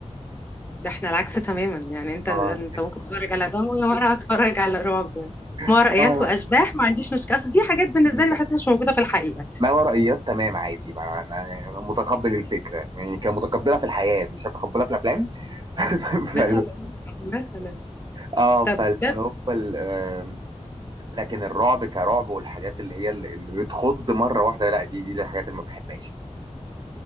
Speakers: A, on the left (about 15°); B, on the right (about 35°).
A: ده إحنا العكس تماما يعني أنت
B: اه
A: أنت ممكن تتفرج على دم وأنا أتفرج على رعب
B: <laughs>
A: مرئيات
B: اه
A: وأشباح ما عنديش مشكلة أصل دي حاجات بالنسبة
B: هي
A: لي بحس إنها مش موجودة في الحقيقة
B: ما ورائيات تمام عادي ما أنا متقبل الفكره يعني كمتقبلها في الحياه مش هتقبلها في الافلام <laughs> فال...
A: مثلا مثلا
B: اه
A: طب
B: فاللي
A: ده
B: هو ال... آم، لكن الرعب كرعب والحاجات اللي هي اللي اللي بتخض مره واحده لا دي دي الحاجات اللي ما بحبهاش